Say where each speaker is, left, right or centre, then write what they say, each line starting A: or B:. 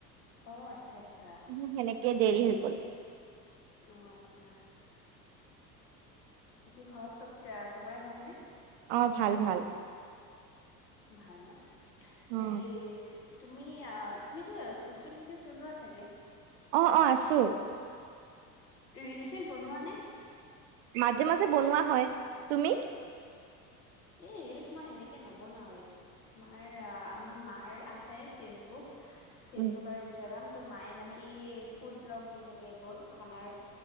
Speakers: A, on the left; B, on the right.
A: অ' আচ্ছা। আচ্ছা
B: উ'ম। সেইকেয়ে দেৰি হৈ গ'ল।
A: অ' আচ্ছা। বাকি ঘৰত চব সবৰে ভালনে।
B: অ' ভাল- ভাল।
A: ভাল ন।
B: অ
A: হেৰি। তুমি আহ তুমিটো চচিয়েল মিডিয়া চলোৱা চাগে?
B: অ অ আছো।
A: ৰিল চিল বনোৱা নে?
B: মাজে মাজে বনোৱা হয়, তুমি?
A: এই ৰিলচ মই সেনেকে নবনাওৱেই, তোমাৰ আমাৰ মাৰ আছে ফেচবুক। ফেচবুক
B: উম,
A: আৰু ইনষ্টাগ্ৰাম। তটো মায়ে মানে এই ফুড ব্লগ দি থাকে এইবোৰ খানাৰ।